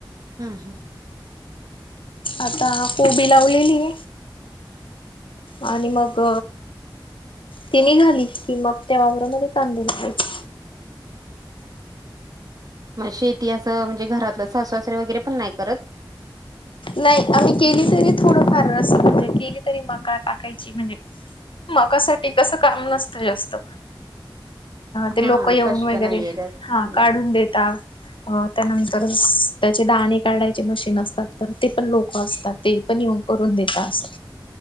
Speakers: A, on the right; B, on the left.
A: हां हां.
B: आता कोबी लावलेली ये. आणि मग ति निघाली कि, मग त्या वावररामध्ये कांदे लावायची.
A: शेती असं म्हणजे, घरातलं सासूसासरे वगैरे पण नाही करत.
B: नाई आम्ही केली तरी थोडं फार असं म्हणजे, केली तरी मका टाकायची म्हणजे मकासाठी कसं, काम नसत जास्त. ते
A: हा
B: लोक येऊन
A: कष्ट
B: वगैरे,
A: नाहीये जास्त
B: हा
A: हम्म
B: काढून देेतात. अ.. त्यानंतर त्याचे दाणे काढायचे मशीन असतात. तर ते पण लोक असतात, ते पण येऊन करून देतात असं.